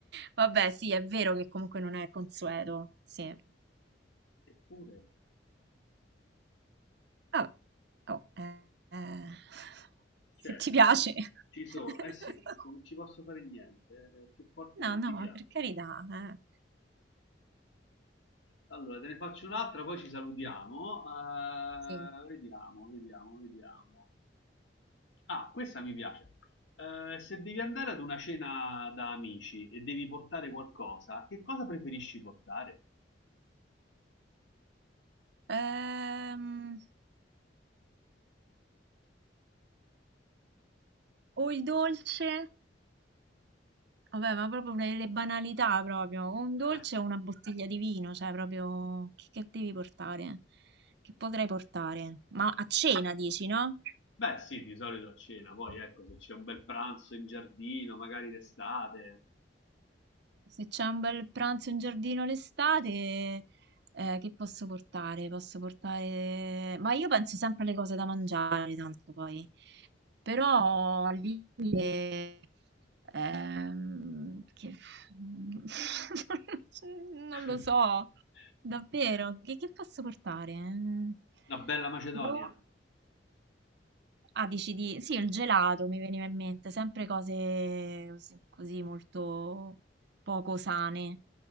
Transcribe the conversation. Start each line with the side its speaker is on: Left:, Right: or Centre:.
Right: Vabbè, sì, è vero che comunque non è consueto, sì.
Left: Eppure,
Right: Vabbè. Oh, eh, eh,
Left: certo,
Right: se ti piace.
Left: ci sono,
Right: <laughs>
Left: eh sì, se non ci posso fare niente, eh, più forte
Right: No,
Left: di
Right: no,
Left: mi piace.
Right: per carità. eh.
Left: Allora, te ne faccio un'altra, poi ci salutiamo. Eh,
Right: Sì.
Left: vediamo, vediamo, vediamo. Ah, questa mi piace. Eh, se devi andare ad una cena da amici e devi portare qualcosa, che cosa preferisci portare?
Right: Ehm, o il dolce, vabbè, ma proprio una delle banalità proprio, o un
Left: <laughs>
Right: dolce o una bottiglia di vino, cioè proprio che, che devi portare? Che potrei portare? Ma a cena dici, no?
Left: Beh, sì, di solito a cena, poi ecco, se c'è un bel pranzo in giardino, magari d'estate,
Right: Se c'è un bel pranzo in giardino l'estate, eh, che posso portare? Posso portare... Ma io penso sempre alle cose da mangiare, tanto poi. Però al limite... ehm, che... <laughs> Non
Left: <laughs>
Right: lo so, davvero, che, che posso portare? Mm,
Left: una bella macedonia.
Right: boh. Ah, dici di... Sì, il gelato mi veniva in mente, sempre cose cos- così molto poco sane.